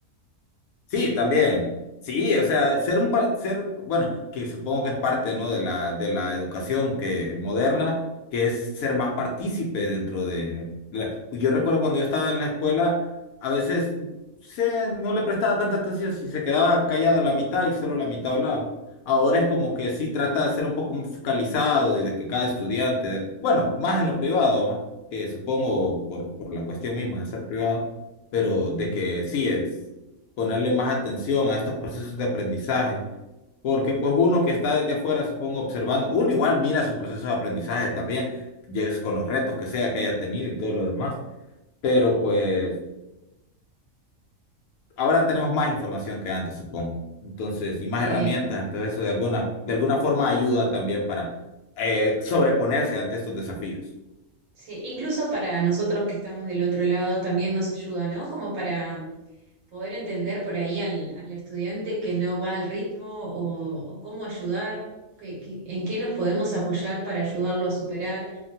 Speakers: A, on the left; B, on the right.
A: Sí, también. Sí, o sea, ser un par- ser, bueno, que supongo que es parte, ¿no? de la de la educación que moderna, que es ser más partícipe dentro de la- pues Yo recuerdo cuando yo estaba en la escuela, a veces se, no le prestaba tanta atención si se quedaba callado la mitad y solo la mitad hablaba. Ahora es como que sí trata de ser un poco más focalizado y de que cada estudiante, bueno, más en lo privado, ¿va? Que supongo por, por la cuestión misma de ser privado, pero de que sí es ponerle más atención a estos procesos de aprendizaje, porque pues uno que está desde afuera, supongo, observando, uno igual mira su proceso de aprendizaje también, llegues con los retos que sea que haya tenido y todo lo demás, pero pues ahora tenemos más información que antes, supongo, entonces, y más
B: Sí,
A: herramientas, entonces eso de alguna, de alguna forma ayuda también para eh, sobreponerse ante estos desafíos.
B: sí, incluso para nosotros que estamos del otro lado también nos ayuda, ¿no? Como para poder entender por ahí al, al estudiante que no va al ritmo o, o cómo ayudar, que- que- en qué nos podemos apoyar para ayudarlo a superar